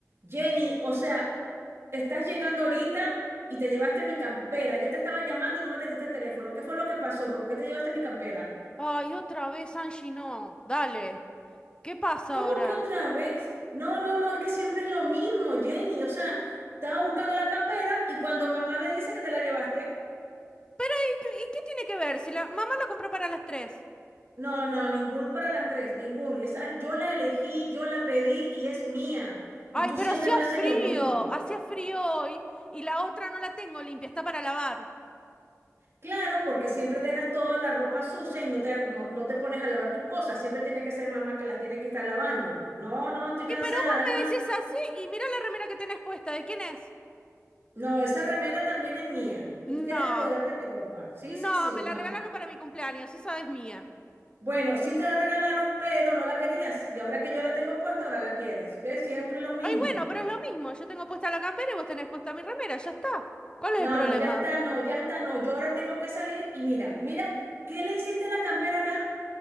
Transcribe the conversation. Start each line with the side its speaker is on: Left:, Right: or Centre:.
Right: Jenny, o sea, estás llegando ahorita y te llevaste mi campera. Ya te estaba llamando y no me atendiste el teléfono. ¿Qué fue lo que pasó? ¿Por qué te llevaste mi campera?
Left: Ay, otra vez Angie no. Dale. ¿Qué pasa
Right: ¿Cómo
Left: ahora?
Right: que otra vez? No, no, no, es que siempre es lo mismo, Jenny. O sea, estaba buscando la campera y cuando mamá me dice que te la llevaste,
Left: Pero, ¿y qué, y qué tiene que ver? Si la mamá la compró para las tres.
Right: no, no, ningún para las tres, ninguno. Esa, yo la elegí, yo la pedí y es mía.
Left: Ay,
Right: Y tú
Left: pero
Right: siempre
Left: hacía
Right: me haces
Left: frío.
Right: lo mismo.
Left: Hacía frío hoy y la otra no la tengo limpia, está para lavar.
Right: Claro, porque siempre dejas toda la ropa sucia y no te, no, no te pones a lavar tus cosas. Siempre tiene que ser mamá que las tiene que estar lavando. No, no, estoy
Left: Y
Right: cansada.
Left: pero vos
Right: Además,
Left: me decís así y mira la remera que tenés puesta. ¿De quién es?
Right: no, esa remera también es mía. Tú
Left: No.
Right: quieres apoderarte de mi ropa. Sí,
Left: No,
Right: sí, sí,
Left: me
Right: no.
Left: la regalaron para mi cumpleaños, esa es mía.
Right: Bueno, sí te la regalaron, pero no la querías. Y ahora que yo la tengo puesta, ahora la quieres. ¿Ves? Siempre lo mismo.
Left: Ay, bueno, pero es lo mismo, yo tengo puesta la campera y vos tenés puesta mi remera, ya está. ¿Cuál es
Right: No,
Left: el problema?
Right: no, ya está, no, ya está, no. Yo ahora tengo que salir y mira, mira, ¿qué le hiciste a la campera acá?